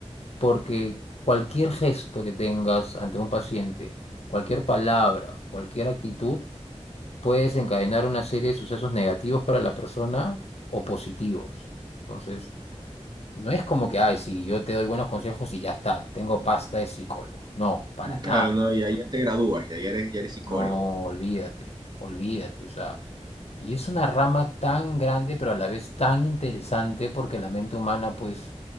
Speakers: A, on the left; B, on the right.
A: porque cualquier gesto que tengas ante un paciente, cualquier palabra, cualquier actitud, puede desencadenar una serie de sucesos negativos para la persona o positivos. Entonces, no es como que, ay, si yo te doy buenos consejos y ya está, tengo pasta de psicólogo. No, para nada.
B: Claro, no, ya, ya te gradúas, ya, ya eres, ya eres psicólogo.
A: No, olvídate, olvídate, o sea. Y es una rama tan grande, pero a la vez tan interesante, porque la mente humana, pues,